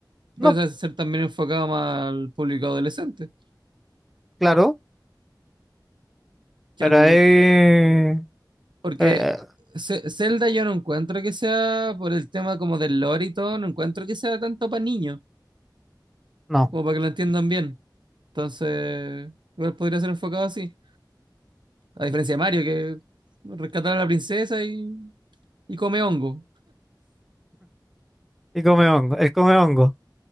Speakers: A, in the centre; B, on the right.
A: no,
B: Puede ser también enfocado más al público adolescente,
A: Claro,
B: que
A: Pero
B: al,
A: ahí... eh,
B: Porque
A: eh,
B: Ce- Zelda yo no encuentro que sea por el tema como del lore y todo, no encuentro que sea tanto para niños,
A: no.
B: como para que lo entiendan bien. Entonces, igual podría ser enfocado así. A diferencia de Mario, que rescatar a la princesa y, y come hongo.
A: Y come hongo. El come hongo.